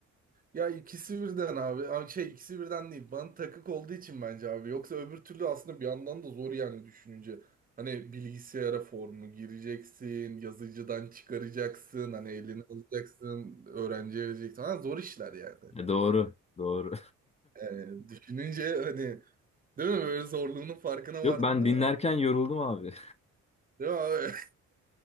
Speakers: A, on the right; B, on the left.
A: Ya ikisi birden abi. Ama Şey ikisi birden değil. Bana takık olduğu için bence abi. Yoksa öbür türlü aslında bir yandan da zor yani düşününce. Hani bilgisayara formu gireceksin, yazıcıdan çıkaracaksın, hani elini alacaksın, öğrenciye vereceksin. Ha, zor işler yani.
B: E, doğru doğru.
A: Yani düşününce hani Değil mi? Böyle zorluğunun farkına
B: <laughs> Yok
A: vardın
B: ben
A: değil
B: dinlerken
A: mi?
B: yoruldum abi.
A: Değil mi abi? <laughs>